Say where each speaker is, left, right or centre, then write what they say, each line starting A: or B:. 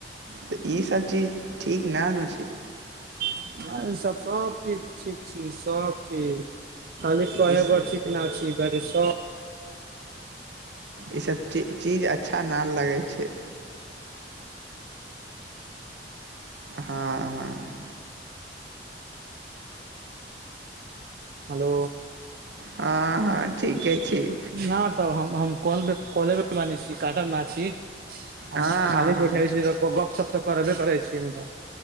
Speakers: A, on the right (about 85°); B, on the right (about 55°).
A: तऽ ईसभ चीज ठीक नानु छै
B: सब सब ठीक ठीक छी सब ठीक खाली कह
A: ई सब
B: ब ठीक न बकि स
A: ई सब च चीज अच्छा ना लगै छै हँ हँ
B: हलो
A: हँ हँ ठीके छी
B: ना तऽ हम हम कौल कौल बे बानि छी काट ना छी
A: हँ
B: आ
A: हँ
B: खाली बैठय
A: हँ
B: छी त ओ गपशप तऽ करबे करै छियै मुद्दा